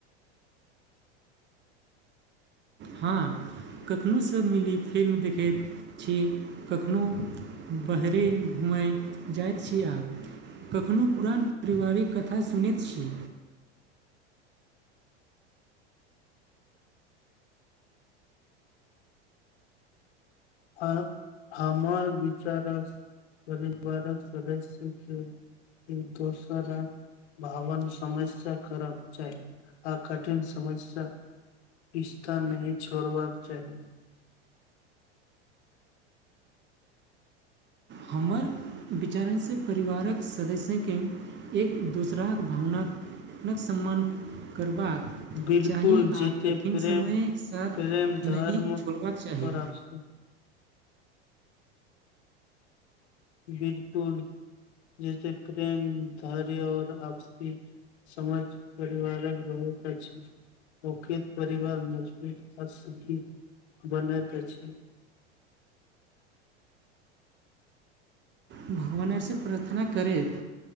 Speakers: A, on the right; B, on the left.
A: हँ कखनहु सभ मिली फिल्म देखैत छी कखनोहु बहरी घूमैत जाइत छी आ कखनहु पुरान पारिवारिक कथा सुनैत छी।
B: आ हमर विचार सँ परिवारक सदस्य के एक दोसरा भावन समझ स करक चाही आ कठिन समझ सँ रिश्ता नहिं छोड़बाक चाही।
A: हमर विचारणसँ परिवारक सदस्यके एक दोसराक भावनााक सम्मान करबाक
B: बिलकुल
A: चाही आ
B: जेते
A: कठिन
B: प्रेम
A: समयसँ
B: प्रेम धर्म
A: नहि छोड़बाक चाही।
B: और आपसी बिलकुल जेसे प्रेम धैर्य और आपसी समझ परिवारक बहुत अच्छा औकित परिवार मजबूत आ सुखी बनैत अछि।
A: भगवानसँ प्रार्थना करैत